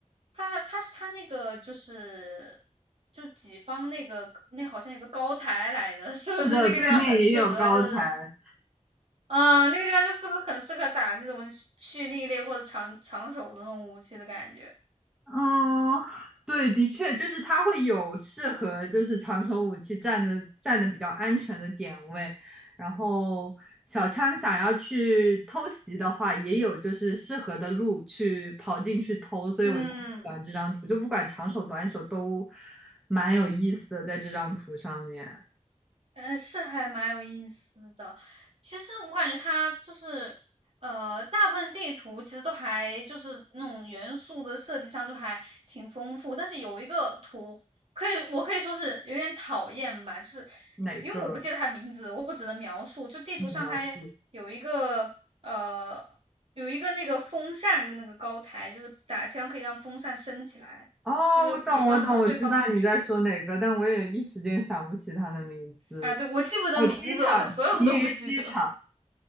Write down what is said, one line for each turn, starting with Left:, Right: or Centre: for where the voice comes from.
Right: 它它是它那个就是就己方那个那好像有个高台来的，<laughs> 是不是那个地方很适合就是
Centre: 是的，对面也有高台。
Right: 嗯，那个地方就是不是很适合打那种蓄蓄力类或者长长手的那种武器的感觉？
Centre: 嗯，对，的确，就是它会有适合就是长手武器站的站的比较安全的点位，然后小枪想要去偷袭的话，也有就是适合的路去跑进去偷，所以我就很喜欢这张图，
Right: 嗯。
Centre: 就不管长手短手都蛮有意思的，在这张图上面
Right: 呃，是还蛮有意思的。其实我感觉它就是，呃，大部分地图其实都还就是那种元素的设计上都还挺丰富，但是有一个图可以，我可以说是有点讨厌吧，就是
Centre: 哪个
Right: 因为我不记得它名字，我只能描述。就地图上它
Centre: 你描述？
Right: 有一个呃有一个那个风扇跟那个高台，就是打枪可以让风扇升起来，
Centre: 哦，
Right: 就是己方和对方都有。
Centre: 我懂，我懂，我知道你在说哪个，但我也一时间想不起它的名字。
Right: 啊，对，我记不得名字了，
Centre: 哦，机场，
Right: 我所有都不记得。
Centre: 奇余机场。